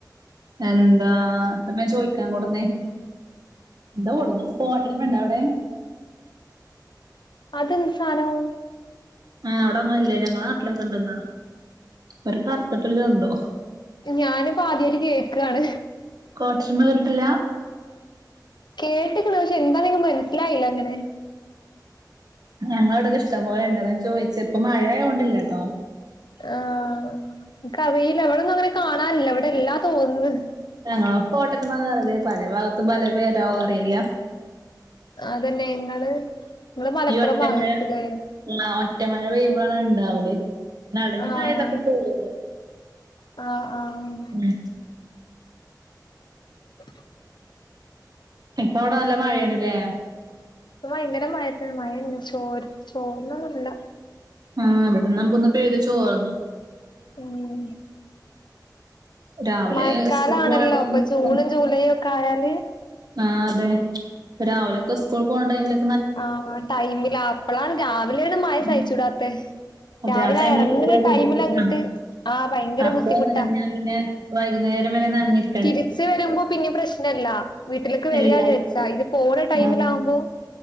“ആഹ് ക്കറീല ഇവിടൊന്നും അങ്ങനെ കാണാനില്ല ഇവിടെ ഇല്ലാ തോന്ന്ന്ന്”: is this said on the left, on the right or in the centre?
Left